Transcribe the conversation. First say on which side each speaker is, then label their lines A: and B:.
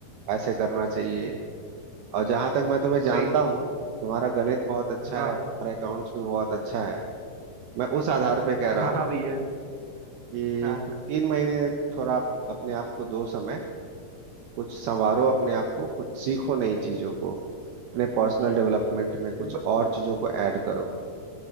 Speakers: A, on the right; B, on the right.
A: ऐसे करना चाहिए और जहां तक मैं तुम्हें जानता
B: सही है।
A: हूँ तुम्हारा गणित बहुत अच्छा
B: हाँ
A: है और तुम्हारा अकाउंट्स भी बहुत अच्छा है मैं उस आधार पे कह रहा
B: हाँ
A: हूँ
B: हाँ भैया
A: कि
B: हाँ हाँ
A: तुम तीन महीने थोड़ा अपने आप को दो समय कुछ संवारो अपने आप को कुछ सीखो नई चीजों को अपने पर्सनल डेवलपमेंट में कुछ
B: ब-
A: और चीजों को ऐड करो